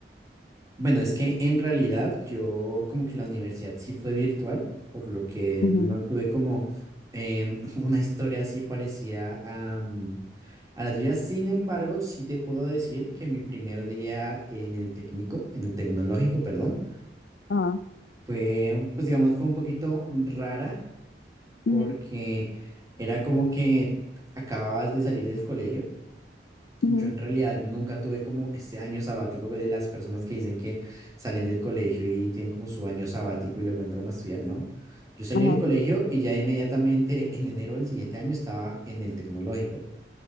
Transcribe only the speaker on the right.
Bueno, es que en realidad yo como que la universidad sí fue virtual, por lo que
no tuve como em, <laughs> una historia así parecida a, mm, a la tuya. Sin embargo, sí te puedo decir que mi primer día en el técnico, en el tecnológico, perdón,
fue, pues digamos, fue un poquito rara porque
era como que acababas de salir del colegio.
Yo en realidad nunca tuve como este año sabático de las personas que dicen que salen del colegio y tienen como su año sabático y luego entran a estudiar, ¿no? Yo salí
del colegio y ya inmediatamente en enero del siguiente año estaba en el tecnológico.